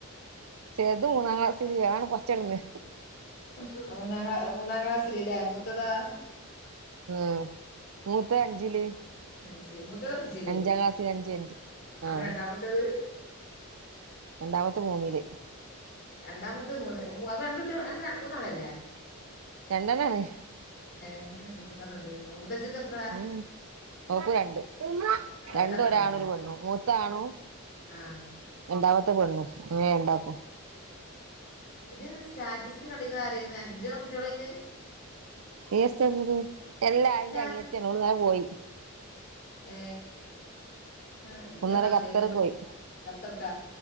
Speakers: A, on the right; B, on the left.
A: ചേർത് മൂന്നങ്ങളാസില് യാളണ് പച്ചട്ന്ന്
B: ഹും മൂന്നാം ക്ലാ മൂന്നാം ക്ലാസില് ല്ലേ മുത്തതൊ?
A: ഹും മൂത്തത് അഞ്ചില്
B: ഞ്ച് മുത്തത് അഞ്ചല്
A: അഞ്ചാം ക്ലാസ്സില് അഞ്ച് അഞ്ച്
B: അപ്പൊ
A: ആഹ്
B: രണ്ടാമത്തേത്?
A: രണ്ടാമത്തെ മുന്നില്
B: രണ്ടാമത് മൂന്ന് അപാ രണ്ട്ട്ടില് മൂന്നാണല്ലേ?
A: രണ്ടനാണ്
B: ഏ് ഞായർചു മൂന്നണംണ്ട് മൂത്തച്ചിക്ക് എത്രയാ
A: ഓഹൊ ഓക് രണ്ട്. രണ്ട്ഒരാണും
B: രണ്ടാക്കും രണ്ടെന്നെ
A: ഓര്പെണ്ണും മൂത്താണും
B: ആഹ്
A: രണ്ടാമത്തെ പെണ്ണും അങ്ങനെ ഉണ്ടാക്കും.
B: ജ്ന് സ്റ്റാറ്റസി കണ്ടിന്നത് ആരെന്ന്. ജോ ആകുട്ടിളയ്ന്ന്.
A: എസ്റ്റ്റ്റസ് എല്ലാ അയിന്റെ
B: സ്റ്റാറ്റസ്
A: അനിയത്തിയാന് ഓൾന്നലെ പോയി
B: യ്എ ആഹ <unintelligible>
A: ഇന്നലെ ഖത്തറ് പോയി
B: കത്തർക്ക